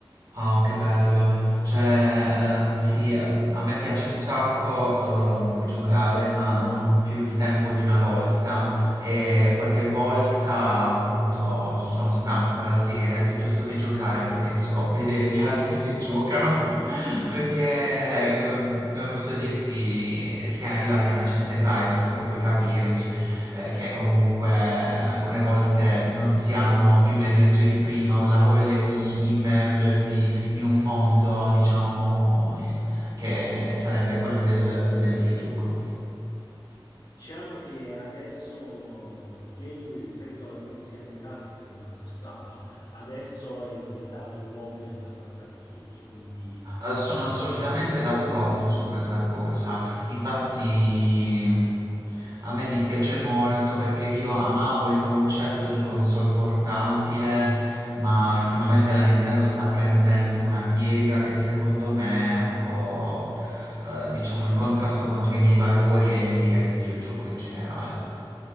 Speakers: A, on the right (about 50°); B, on the left (about 85°).
A: Wow, che bello. Cioè, ehm, sì, ehm, a me piace un sacco ehm, giocare, ma non ho più il tempo di una volta e qualche volta appunto sono stanco la sera e piuttosto che giocare preferisco <laughs> vedere gli altri che giocano <laughs> perché, ehm, come posso dirti, siamo arrivati a una certa età e penso che puoi capirmi eh, che comunque alcune volte non si hanno più l'energia di prima o la voglia di immergersi in un mondo, diciamo, eh, che sarebbe quello del, del videogioco.
B: Diciamo che adesso il gaming rispetto a diversi anni fa, che comunque costava, adesso è diventato un hobby abbastanza costoso, quindi
A: Eh, sono
B: eh,
A: assolutamente
B: poi ci,
A: d'accordo su questa cosa. Infatti a me dispiace molto perché io amavo il concetto di console portatile, ma ultimamente la Nintendo sta prendendo una piega che secondo me è un po', eh, diciamo, in contrasto contro i miei valori e idee di videogioco in generale.